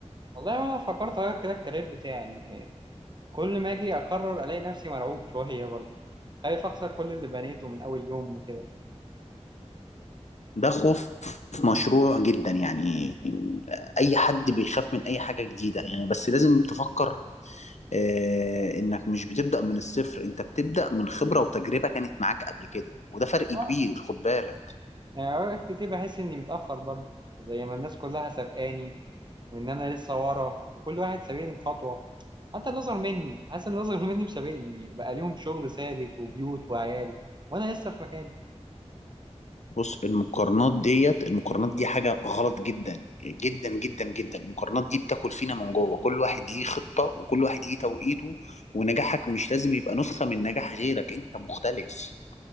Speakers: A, on the right; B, on the left.
A: والله انا فكرت اغير كده الكارير بتاعي يعني كل ما اجي اقرر الاقي نفسي مرعوب شويه برضه خايف اخسر كل اللي بنيته من اول يوم وكده
B: ده خوف مشروع جدا يعني أي حد بيخاف من أي حاجة جديدة يعني بس لازم تفكر آه، إنك مش بتبدأ من الصفر أنت بتبدأ من خبرة وتجربة كانت معاك قبل كده وده فرق كبير
A: اه
B: خد بالك
A: يعني اوقات كتير بحس اني متأخر برضه زي ما الناس كلها سابقاني وان انا لسه ورا وكل واحد سابقني بخطوة حتى اللي اصغر مني حاسس ان اللي اصغر مني مسابقني بقى ليهم شغل ثابت وبيوت وعيال وانا لسه في مكاني
B: بص المقارنات ديت المقارنات دي حاجة غلط جدا جدا جدا جدا المقارنات دي بتاكل فينا من جوه كل واحد ليه خطة وكل واحد ليه توقيته ونجاحك مش لازم يبقى نسخة من نجاح غيرك انت مختلف